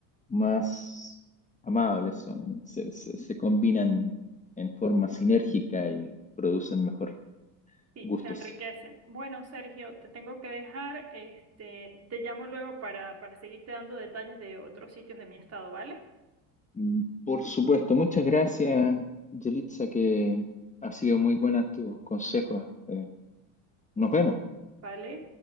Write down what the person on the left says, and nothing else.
más amables, son, se, se- se combinan en forma sinérgica y producen mejor
gustos.
Mm, Por supuesto, muchas gracias, Yelitza, que ha sido muy buena tus consejos. Eh, nos vemos.